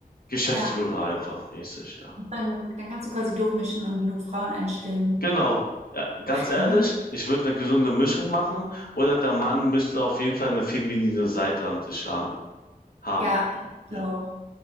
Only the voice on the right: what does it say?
Ja.
Dann, dann kannst du quasi durchmischen und genug Frauen einstellen.
<laughs>
Ja, ich
auch.